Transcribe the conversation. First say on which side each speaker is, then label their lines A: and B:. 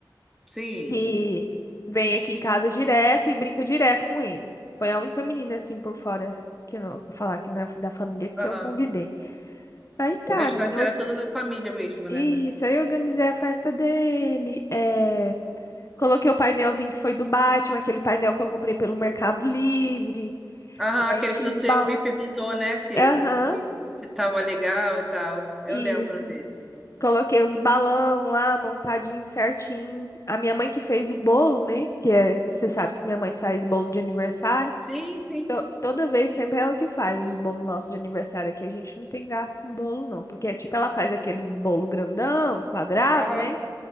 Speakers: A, in the centre; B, on the left (about 40°).
A: Sim.
B: que vem aqui em casa direto e brinca direto com ele. Foi a única menina assim por fora que eu não vou falar que na- da família que
A: Aham.
B: eu convidei. Aí tá,
A: O restante
B: menina. or-
A: era tudo da família mesmo,
B: Isso,
A: né?
B: aí eu organizei a festa dele. é, Coloquei o painelzinho que foi do Batman, aquele painel que eu comprei pelo Mercado Livre.
A: Aham,
B: É,
A: aquele
B: enchi
A: que você
B: os balões.
A: me perguntou, né, que
B: Aham,
A: se, se tava legal e tal. Eu
B: isso.
A: lembro dele.
B: Coloquei os balão lá, montadinho certinho. A minha mãe que fez o bolo, né? Que é, você sabe que minha mãe faz bolo de aniversário.
A: Sim, sim.
B: to- toda vez sempre é ela que faz os bolos nossos de aniversário aqui. A gente não tem gasto com bolo, não. Porque, tipo, ela faz aqueles bolo grandão, quadrado,
A: Aham.
B: né?